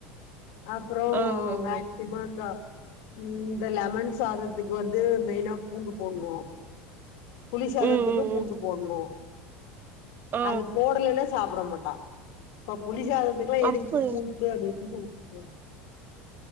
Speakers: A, on the left; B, on the right.
A: அப்புறோ
B: ஆ ஆ ஆ
A: மேக்சிமம்ந்த ம் இந்த லெமன் சாதத்துக்கு வந்து மெயினா பூண்டு போண்ணு புளி சாதத்துக்கு
B: ம் ம்
A: பூண்டு
B: ம்
A: போட்ணு
B: ஆ
A: அது போடலைன்னா சாப்பிட மாட்டா பொளி சாதனத்துக்கெல்லா எதுக்கு
B: அப்பு
A: பூண்டு அப்படனுட்டு விடுட நா <inaudible>